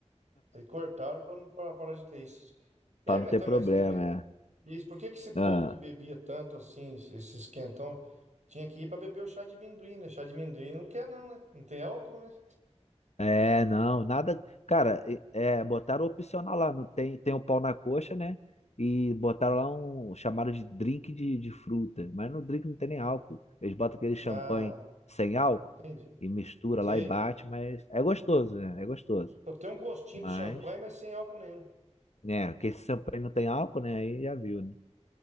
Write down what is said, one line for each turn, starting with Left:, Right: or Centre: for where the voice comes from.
Right: Aí cortaram pra não pra parar de ter isso. É,
Left: Pra
Right: mas
Left: não ter
Right: então,
Left: problema,
Right: mas é,
Left: é.
Right: isso, por que que esse
Left: Ah,
Right: povo que bebia tanto assim, esses quentão, tinha que ir pra beber o chá de amendoim, né? Chá de amendoim não quer, não, né? Não tem álcool, né?
Left: é, não, nada. Cara, e- é, botaram opcional lá, não tem, tem um pau na coxa, né? E botaram lá um chamado de drink de, de fruta. Mas no drink não tem nem álcool. Eles botam aquele champanhe
Right: Ah,
Left: sem álcool
Right: entendi.
Left: e mistura
Right: Sei.
Left: lá e bate, mas é gostoso, né? É gostoso.
Right: Só tem um gostinho
Left: Mas.
Right: do champanhe, mas sem álcool nenhum.
Left: né? Porque esse champanhe não tem álcool, né? Aí já viu, né?